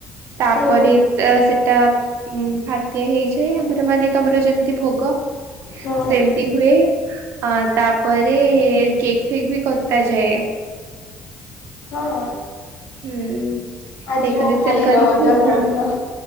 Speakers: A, on the right; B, on the left.
A: ତାପରେ
B: ହୁଁ
A: ସେଟା ଉଁ ଫାତିଆ ହେଇଯାଏ ଆମର ମାନେ ତମର ଯେମିତି ଭୋଗ।
B: ହଁ
A: ସେମିତି ହୁଏ। ଆଁ ତାପରେ କେକଫେକ୍ ବି କତା ଯାଏ।
B: ହଁ ହଁ
A: ହୁଁ ଉଁ-ଉଁ-ଉଁ
B: ଆଜି
A: ଡେକୋରେସନ
B: ମୋ ଭାଇର
A: କରିକିନା
B: ଜନ୍ମଦିନ।